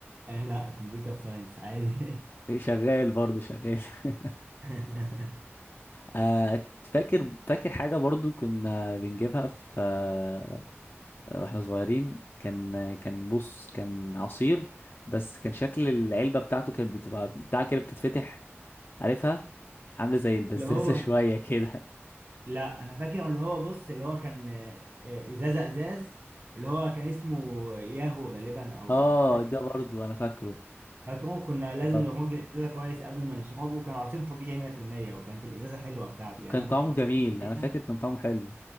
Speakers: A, on the right; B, on the left.
A: آه لا كمبيوتر ساينس عادي
B: شغال برضه شغال <laughs>
A: <laughs>
B: آه، فاكر فاكر حاجة برضه كنا بنجيبها في آه، واحنا صغيرين كان كان بص كان عصير بس كان شكل العلبة بتاعته كانت بتبقى بتاع كده بتتفتح عارفها عاملة زي البزازة
A: اللي هو
B: <laughs> شوية كده
A: لا انا فاكر اللي هو بص اللي هو كان آه، آه، ازازه ازاز اللي هو كان اسمه ياهو غالبا او
B: اه
A: مش فاكر
B: ده برضه انا فاكره
A: فاكره كنا لازم
B: اه
A: نرج الازازه كويس قبل ما نشربه وكان عصير طبيعي 100% وكانت الازازه حلوه بتاعته
B: وكان
A: يعني انا
B: طعمه
A: كنت بحتفظ
B: جميل
A: بيها
B: انا فاكر كان طعمه حلو